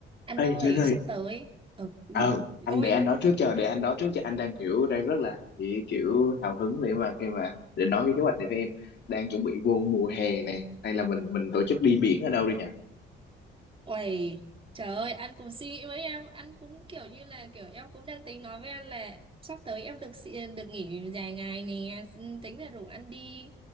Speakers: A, on the right; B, on the left.
A: Anh
B: Ê
A: ơi,
B: Linh
A: sắp
B: ơi
A: tới. Ừ. <laughs>
B: ờ anh
A: Ôi,
B: để anh nói trước cho để anh nói trước cho anh đang kiểu đang rất là chỉ kiểu hào hứng để mà khi mà để nói cái kế hoạch này với em đang chuẩn bị vô mùa hè này hay là mình mình tổ chức đi biển ở đâu đi nhỉ
A: uầy, trời ơi, anh cũng suy nghĩ với em, anh cũng kiểu như là kiểu em cũng đang tính nói với anh là sắp tới em được xị- được nghỉ dài ngày nè, Ừ, tính là rủ anh đi